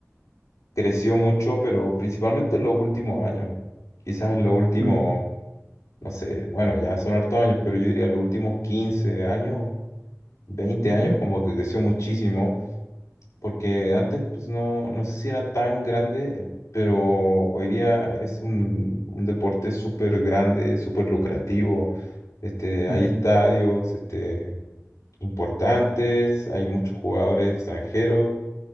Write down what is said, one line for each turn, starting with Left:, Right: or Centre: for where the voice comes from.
Left: creció mucho, pero principalmente en los últimos años. Quizás en los últimos,
Right: Mm,
Left: no sé, bueno, ya son hartos años, pero yo diría los últimos 15 años, veinte
Right: ujú,
Left: años como que creció muchísimo porque antes pues no, no sé si era tan grande, pero hoy día es un, un deporte súper grande, súper lucrativo. Este, hay
Right: ujú,
Left: estadios este, importantes, hay muchos jugadores extranjeros,